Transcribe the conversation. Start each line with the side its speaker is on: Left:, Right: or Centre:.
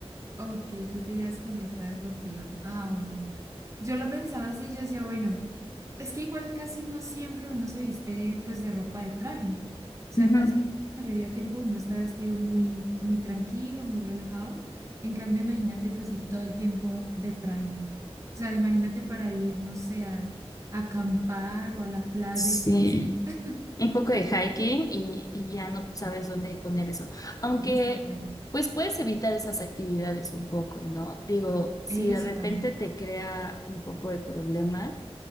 Right: Ok, tú te irías con ropa deportiva. Ah, bueno. Yo lo pensaba así, yo decía, bueno, es que igual casi no siempre uno se viste pues de ropa de traje. O sea,
Left: Ujú.
Right: casi la mayoría de tiempo uno está vestido muy, muy tranquilo, muy relajado. En cambio, imagínate pues ir todo el tiempo de traje. O sea, imagínate para ir, no sé, a, a acampar o a la playa
Left: Sí,
Right: y tú así. <laughs>
Left: un poco de hiking y, y ya no sabes dónde poner eso. Aunque,
Right: Sí, Claro.
Left: pues puedes evitar esas actividades un poco, ¿no? Digo, si
Right: Eso
Left: de repente
Right: también.
Left: te crea un poco de problema,